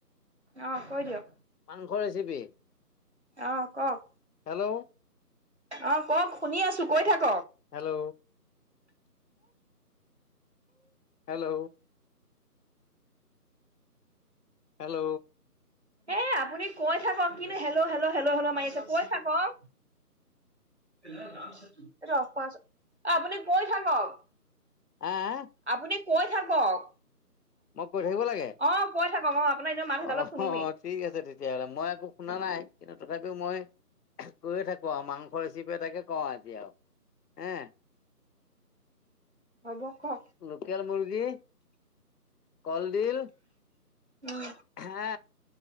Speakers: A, on the right; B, on the left.
A: অহ', কৈ দিয়ক,
B: মাংস ৰেচিপি।
A: অহ', কওক।
B: হেল্ল'।
A: অ', কওক, শুনি আছো, কৈ থাকক।
B: হেল্ল'। হেল্ল'। হেল্ল'।
A: এ আপুনি কৈ থাকক, কিনো হেল্ল', হেল্ল', হেল্লো', হেল্ল, মাৰি আছে, কৈ থাকক। <unintelligible> এতো অফ কৰাচোন, অ', আপুনি কৈ থাকক।
B: আ?
A: আপুনি কৈ থাকক।
B: মই কৈ থাকিব লাগে?
A: অ', কৈ থাকক অ', আপোনাৰ এনেও মাত সেইডালত
B: অ'
A: শুনিমেই।
B: ঠিক আছে তেতিয়াহ'লে, মই একো শুনা নাই, কিন্তু তথাপিও মই কৈয়ে থাকো আৰু, মাংস ৰেচিপে এতাকে কওঁ এতিয়াও, এ।
A: হ'ব কওক।
B: লোকেল মুৰ্গী, কলডিল
A: উম।
B: হা,